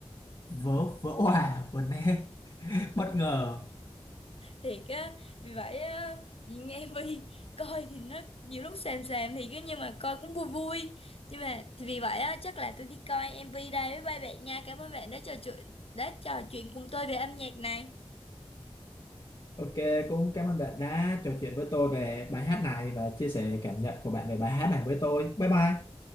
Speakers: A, on the left (about 45°); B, on the left (about 65°).
A: vỡ vỡ <laughs> òa vỡ nè <laughs> bất ngờ
B: thiệt á vì vậy á nhìn nghe <laughs> Vi coi thì nó nhiều lúc xàm xàm thì cái nhưng mà coi cũng vui vui nhưng mà thì vì vậy á chắc là tôi đi coi MV đây với ba bạn nha cảm ơn bạn đã trò chuyện đã trò chuyện cùng tôi về âm nhạc này
A: Ok, cũng cảm ơn bạn đã trò chuyện với tôi về bài hát này và chia sẻ cảm nhận của bạn về bài hát này với tôi. Bye bye.